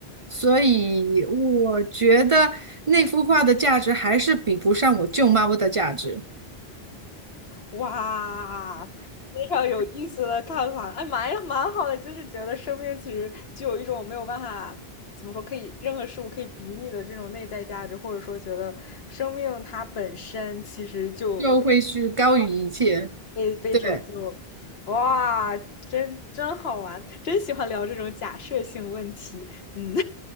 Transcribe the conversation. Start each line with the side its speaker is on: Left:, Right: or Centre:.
Right: 所以我觉得那幅画的价值还是比不上我救猫的价值，
Left: 哇，非常有意思的看法，哎，蛮呀，蛮好的，就是觉得生命其实就有一种没有办法怎么说，可以任何事物可以比拟的这种内在价值，或者说觉得生命它本身其实就
Right: 就会去高于一切。
Left: 被被拯救了，
Right: 对，
Left: 哇，真真好玩，真喜欢聊这种假设性问题，嗯。